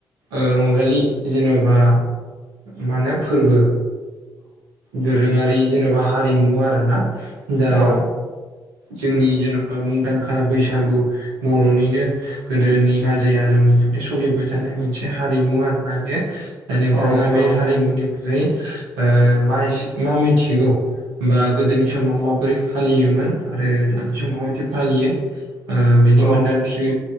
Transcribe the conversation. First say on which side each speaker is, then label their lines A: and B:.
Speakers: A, on the right; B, on the right.
A: ओ रंजालि जेन'बा मा होनो फोरबो। दोरोङारि जेन'बा हारिमु आरोना दा
B: हागोन औ
A: जोंनि जेन'बा मुंदांखा बैसागु बर'निनो गोदोनि आजै आजौनिफ्राय सोलिबाय थानाय मोनसे हारिमु आरोना बेयो। दा नोंथाङा
B: औ नोंथां
A: बे हारिमुनिफ्राय ओ मा एसे मा मिथिगौ बा गोदोनि समाव माबोरै फालियोमोन आरो दानि समाव माबादि फालियो ओ बिनि
B: औ
A: मोन्दांथि
B: औ